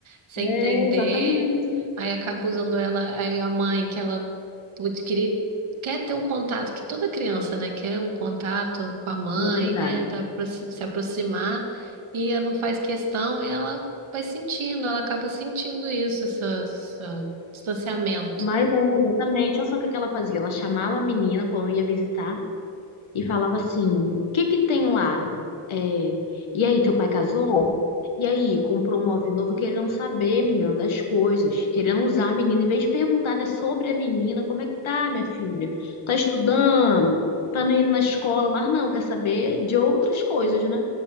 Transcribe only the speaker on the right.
sem
entender.
Aí acaba usando ela, aí a mãe, que ela putz, queria, quer ter um contato, que toda criança, né, quer um contato com a mãe,
né, tá, pro- se se aproximar, e ela não faz questão, e ela vai sentindo, ela acaba sentindo isso, essa- essa- esse distanciamento.